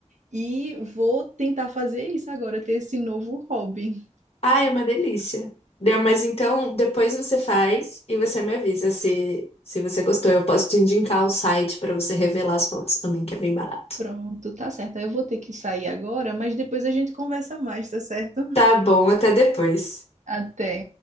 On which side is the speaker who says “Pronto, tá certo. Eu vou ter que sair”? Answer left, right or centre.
Right